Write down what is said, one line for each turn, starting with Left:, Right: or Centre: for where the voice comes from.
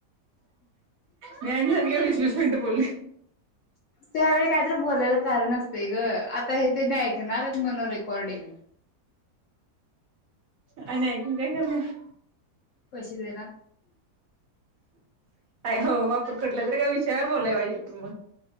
Right: मी आणि <unintelligible> वीस वीस मिनट बोलली.
Left: त्यावेळी काहीतरी बोलायला कारण असतेय ग आता हे तेनी ऐकणार आहेत म्हण रेकॉर्डिंग.
Right: आणि ऐकून काय करणार.
Left: पैसे देणार
Right: हो मग आपण कुटल्या तरी का विषयावर बोलाय पाहिजे. तु बोल.